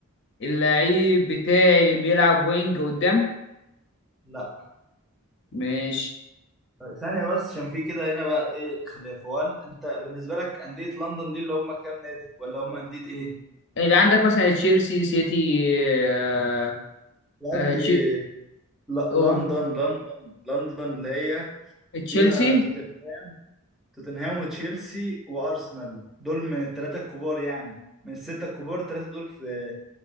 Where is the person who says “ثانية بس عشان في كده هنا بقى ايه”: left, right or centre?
Centre